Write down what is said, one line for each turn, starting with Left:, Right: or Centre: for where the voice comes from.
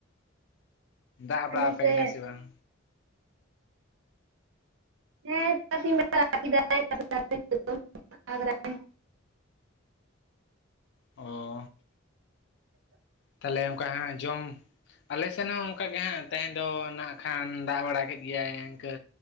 Left: ᱫᱟᱜ ᱵᱟᱲᱟ
Right: ᱟᱞᱮ
Left: ᱟᱯᱮ
Right: ᱥᱮᱫ
Left: ᱠᱟᱱᱟᱭ ᱥᱮ ᱵᱟᱝ?
Right: ᱦᱮᱸ ᱥᱤᱧ ᱵᱮᱲᱟ ᱫᱟᱜ ᱞᱮᱫᱟᱭ ᱱᱤᱛᱳᱜ ᱫᱚ ᱟᱥᱳᱲ ᱵᱟᱲᱟ ᱠᱮᱫᱟᱭ
Left: ᱚᱻ ᱛᱟᱦᱚᱞᱮ ᱚᱱᱠᱟ ᱦᱟᱸᱜ ᱡᱚᱢᱼᱼ ᱟᱞᱮ ᱥᱮᱱ ᱦᱚᱸ ᱚᱱᱠᱟ ᱜᱮ ᱦᱟᱜ ᱛᱟᱦᱮᱸ ᱫᱚ ᱱᱟᱜ ᱠᱷᱟᱱ ᱫᱟᱜ ᱵᱟᱲᱟ ᱠᱮᱫ ᱜᱮᱭᱟᱭ ᱤᱱᱠᱟᱹ